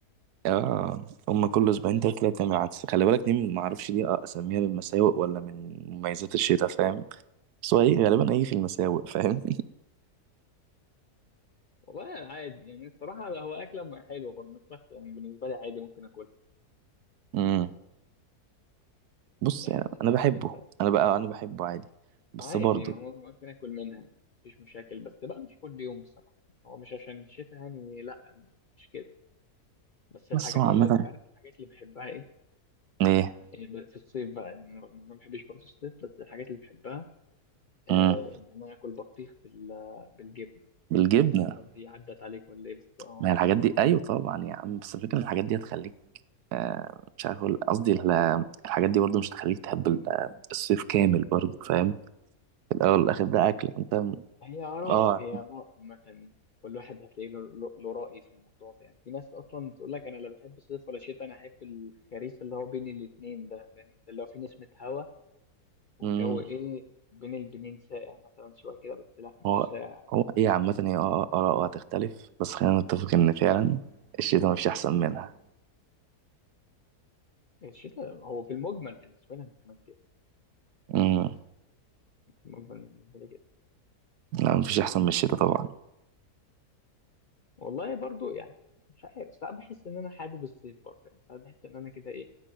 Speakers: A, on the right (about 80°); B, on the left (about 50°).
A: اه هما
B: لازم
A: كل اسبوعين
B: تعمل
A: تلاتة
B: عدس
A: كده بتعمل
B: طبعا
A: عدس خلي بالك دي ما اعرفش دي اسميها من مساوئ ولا من مميزات الشتاء فاهم بس هو ايه غالبا ايه في المساوئ فاهم
B: والله عادي يعني الصراحة هو أكلة م- حلوة برضه مش وحشة يعني بالنسبة لي عادي ممكن أكل
A: <laughs> امم بص
B: يعني
A: يعني
B: من الحاجات
A: انا بحبه
B: اللي أنت
A: انا بقى انا بحبه عادي بس
B: عادي
A: برضه
B: ما هو ممكن أكل منها يعني مفيش مشاكل بس بقى مش كل يوم بصراحة يعني هو مش عشان الشتاء يعني لا مش كده بس الحاجات
A: بس هو
B: برضه
A: عامة
B: أنت عارف الحاجات اللي بحبها إيه
A: ايه
B: يعني ب- في الصيف بقى يعني أنا رغم إن أنا ما بحبش برضه الصيف بس الحاجات اللي بحبها آه
A: امم
B: إن أنا آكل بطيخ بال- بالجبنة
A: بالجبنه
B: مش عارف هي عدت عليك ولا إيه بس آه
A: ما هي الحاجات دي ايوه طبعا يا عم بس الفكره إن الحاجات دي هتخليك آه، مش عارف اقول قصدي ال- الحاجات دي برضو مش هتخليك تحب ال- آه، الصيف كامل برضو فاهم في الاول والاخر ده اكل انت م-
B: هي آراء
A: اه
B: هي آراء عامة يعني كل واحد هتلاقي له له- له رأي في الموضوع ده يعني في ناس أصلا تقول لك أنا لا بحب الصيف ولا شتاء أنا أحب الخريف اللي هو بين الاتنين ده فاهم أنت اللي هو في نسمة هوا والجو
A: امم
B: إيه بين البنين ساقع مثلا شوية كده بس لا مش
A: هو
B: ساقع
A: هو ايه عامه هي آه، آه، اراء وهتختلف بس خلينا نتفق ان فعلا الشتاء مفيش احسن منها
B: الشتاء هو في المجمل بالنسبة لي أنا كمان كده
A: امم
B: في المجمل بالنسبة لي كده
A: لا مفيش احسن من الشتاء طبعا
B: والله برضو يعني مش عارف ساعات بحس إن أنا حابب الصيف برضه يعني ساعات بحس إن أنا كده إيه